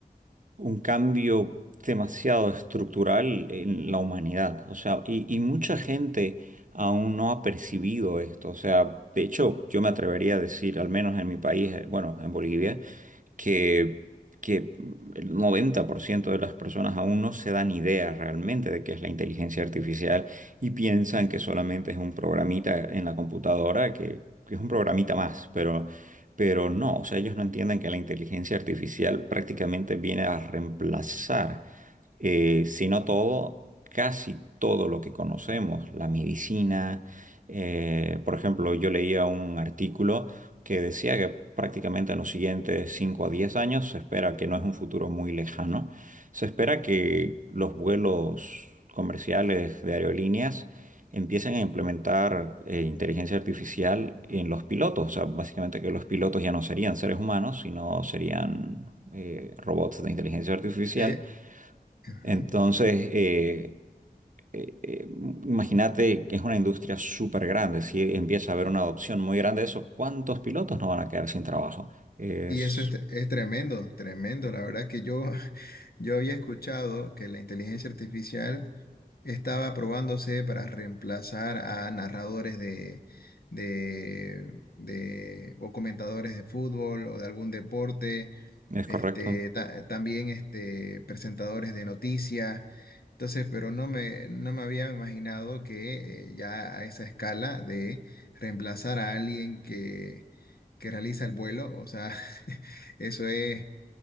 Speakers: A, on the right; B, on the left.
A: un cambio demasiado estructural en la humanidad. O sea, y, y mucha gente aún no ha percibido esto. O sea, de hecho, yo me atrevería a decir, al menos en mi país, eh, bueno, en Bolivia, que, que el 90% de las personas aún no se dan idea realmente de qué es la inteligencia artificial y piensan que solamente es un programita en la computadora, que, que es un programita más, pero pero no, o sea, ellos no entienden que la inteligencia artificial prácticamente viene a reemplazar, eh, si no todo, casi todo lo que conocemos, la medicina. eh, por ejemplo, yo leía un artículo que decía que prácticamente en los siguientes cinco a diez años se espera que no es un futuro muy lejano, se espera que los vuelos comerciales de aerolíneas empiecen a implementar eh, inteligencia artificial en los pilotos. O sea, básicamente que los pilotos ya no serían seres humanos, sino serían eh, robots de inteligencia artificial.
B: Eh, ujú.
A: Entonces, eh, eh, eh, imagínate que es una industria súper grande. Si empieza a haber una adopción muy grande de eso, ¿cuántos pilotos no van a quedar sin trabajo? Es,
B: Y eso es, es tremendo, tremendo. La verdad que yo, <laughs> yo había escuchado que la inteligencia artificial estaba probándose para reemplazar a narradores de, de, de- o comentadores de fútbol o de algún deporte,
A: es
B: este,
A: correcto.
B: ta- también este, presentadores de noticias. Entonces, pero no me, no me había imaginado que eh, ya a esa escala de reemplazar a alguien que que realiza el vuelo, o sea, <laughs> Eso es,